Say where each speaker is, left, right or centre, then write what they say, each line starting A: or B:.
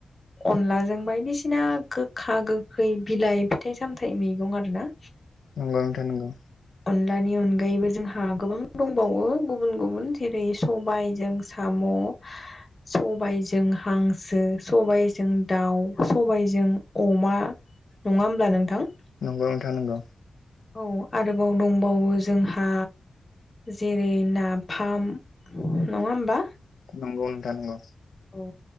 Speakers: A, on the left; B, on the left.
A: अनलाजों बायदिसिना गोखा गोखै बिलाइ फिथाइ सामथाइ मैगं आरो ना
B: नंगौ नोंथां नंगौ।
A: अनलानि अनगायैबो जोंहा गोबां दंबावो गुबुन गुबुन जेरै सबाइजों साम म' सबायजों हांसो सबायजों दाउ सबायजों अमा नङा होमब्ला नोंथां?
B: नंगौ नोंथां नंगौ।
A: औ आरोबाव दंबावो जोंहा जेरै नाफाम नङा होमबा
B: नंगौ नोंथां नंगौ
A: औ।